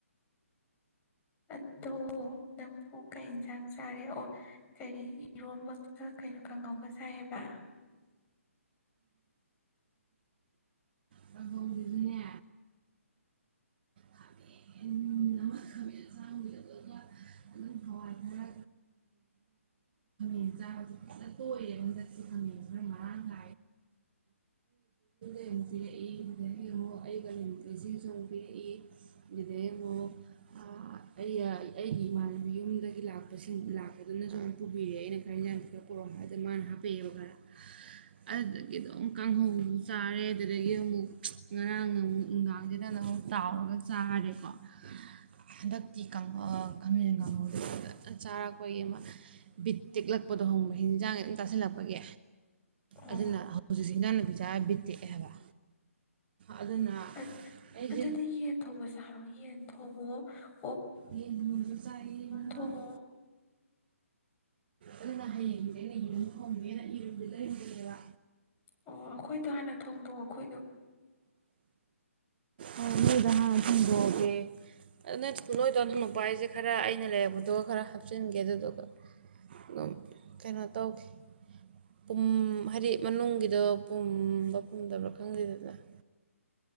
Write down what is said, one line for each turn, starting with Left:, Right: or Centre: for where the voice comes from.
Left: ꯑꯗꯣ ꯅꯪꯕꯨꯨ ꯀꯩ ꯏꯟꯖꯥꯡ ꯆꯥꯔꯦ ꯑꯣ ꯀꯔꯤ ꯏꯔꯣꯝꯕ ꯒ ꯀꯩꯅꯣ ꯀꯥꯡꯍꯧꯒ ꯆꯥꯏꯌꯦꯕ
Right: ꯀꯥꯡꯍꯧꯖꯤꯖꯨꯅꯦ ꯈꯥꯃꯦꯟ ꯑꯃ ꯈꯥꯃꯦꯟ ꯑꯁꯥꯡꯕꯤꯗꯣ ꯑꯗꯨꯒ ꯑꯗꯨꯝ ꯍꯋꯥꯏ ꯈꯔ ꯏꯟꯖꯥꯡꯖꯦ ꯐꯖꯅ ꯇꯣꯏꯔꯦꯕ <unintelligible> ꯅꯨꯡꯇꯤꯒꯤ ꯑꯩ ꯑꯗꯨꯗꯒꯤ ꯑꯃꯨꯛ ꯑꯩꯒ ꯂꯩꯃꯤꯟꯅꯩꯁꯤꯡꯁꯨ ꯑꯃꯨꯛ ꯄꯤꯔꯛꯏ ꯑꯗꯨꯗꯩ ꯑꯃꯨꯛ ꯑꯥ ꯑꯩꯒ ꯑꯩꯒꯤ ꯏꯃꯥꯟꯅꯕꯤ ꯌꯨꯝꯗꯒꯤ ꯂꯥꯛꯄꯁꯤꯡ ꯂꯥꯛꯄꯗꯨꯅꯁꯨ ꯑꯃꯨꯛ ꯄꯨꯕꯤꯔꯛꯑꯦ ꯑꯩꯅ ꯈꯔ ꯏꯟꯖꯥꯡ ꯈꯤꯇꯥ ꯄꯨꯔꯛꯑꯣ ꯍꯥꯏꯗ ꯃꯥꯅ ꯍꯥꯞꯄꯛꯑꯦꯕ ꯈꯔ ꯑꯗꯨꯗꯒꯤ ꯑꯗꯨꯝ ꯀꯥꯡꯍꯧ ꯆꯥꯔꯦ ꯑꯗꯨꯗꯒꯤ ꯑꯃꯨꯛ ꯉꯔꯥꯡꯅ ꯑꯃꯨꯛ ꯅꯨꯡꯗꯥꯡꯁꯤꯗꯅ ꯑꯃꯨꯛ ꯇꯥꯎꯔꯒ ꯆꯥꯔꯦꯀꯣ ꯍꯟꯗꯛꯇꯤ ꯀꯥꯡꯍꯧ ꯈꯥꯃꯦꯟ ꯀꯥꯡꯍꯧꯖꯦ ꯐꯖ ꯐꯟ ꯆꯥꯔꯛꯄꯒꯤ ꯑꯃ ꯕꯤꯠ ꯇꯦꯛꯂꯛꯄꯗꯣ ꯈꯡꯕ꯭ꯔꯥ ꯍꯤꯟꯖꯥꯡ ꯑꯗꯨꯝ ꯆꯥꯁꯤꯜꯂꯛꯄꯒꯤ
Left: ꯑꯣ
Right: ꯑꯗꯨꯅ ꯍꯧꯖꯤꯛꯁꯦ ꯍꯤꯟꯖꯥꯡ ꯅꯥꯄꯤ ꯆꯥ ꯕꯤꯠ ꯇꯦꯛꯑꯦ ꯍꯥꯏꯕ ꯑꯗꯨꯅ
Left: ꯑ
Right: ꯑꯩꯁꯦ
Left: ꯑꯗꯨꯗꯤ ꯌꯦꯟ ꯊꯣꯡꯕ ꯆꯥꯔꯣ ꯌꯦꯟ ꯊꯣꯡꯕ ꯑꯣ
Right: ꯌꯦꯟ ꯊꯣꯡꯕꯗꯨꯖꯨ ꯆꯥꯏꯌꯦ ꯅꯍꯥꯟ
Left: ꯊꯣꯡꯉꯣ
Right: ꯑꯗꯨꯅ ꯍꯌꯦꯡꯖꯤꯗꯤ ꯑꯩꯅ ꯌꯦꯔꯨꯝ ꯊꯣꯡꯒꯅꯤꯅ ꯌꯦꯔꯨꯝꯖꯦ ꯂꯩꯔꯨꯕꯅꯦꯕ
Left: ꯑꯣ ꯑꯈꯣꯏꯗꯣ ꯍꯥꯟꯅ ꯊꯣꯡꯗꯣꯛꯑꯣ ꯑꯈꯣꯏꯗꯣ
Right: ꯑꯣ ꯅꯣꯏꯗꯣ ꯍꯥꯟꯅ ꯊꯣꯡꯗꯣꯛꯑꯒꯦ ꯑꯗ ꯅꯣꯏ ꯅꯣꯏꯗꯣ ꯍꯥꯟꯅ ꯊꯣꯡꯗꯣꯛꯄ ꯍꯥꯏꯖꯦ ꯈꯔ ꯑꯩꯅ ꯂꯩꯛꯄꯗꯣ ꯈꯔ ꯍꯥꯞꯆꯤꯟꯒꯦ ꯑꯗꯨꯗꯨꯒ ꯑꯗꯨꯝ ꯀꯩꯅꯣ ꯇꯧꯒꯦ ꯄꯨꯝ ꯍꯥꯏꯗꯤ ꯃꯅꯨꯡꯒꯤꯗꯣ ꯄꯨꯝꯕ ꯄꯨꯝꯗꯕ꯭ꯔꯥ ꯈꯪꯗꯦꯗꯗꯅ